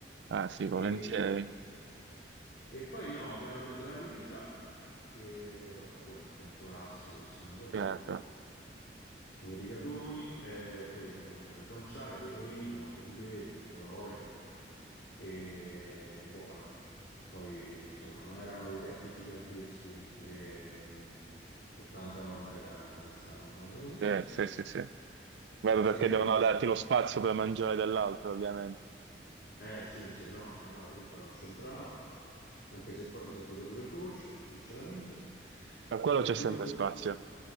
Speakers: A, on the right; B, on the left.
A: Ah sì, volentieri,
B: E, e poi no, abbiamo preso la gricia, che vabbè, quello è un piatto classico che si mangia a Roma.
A: certo.
B: con i rigatoni, e poi vabbè, c'era il guanciale, pecorino, un po' di pepe, un po' d'olio, e buona. Poi, insomma, non erano dei piatti giganteschi, ehm, 80-90 grammi sarà stato, una cosa così.
A: Sì, sì, sì, sì. Vabbè, perché
B: E,
A: devono darti lo spazio per mangiare dell'altro, ovviamente.
B: eh sì, se no, se no la trippa non c'entrava, anche se poi mi sono preso pure il dolce, sinceramente.
A: Per quello
B: E
A: c'è
B: il dolce...
A: sempre spazio.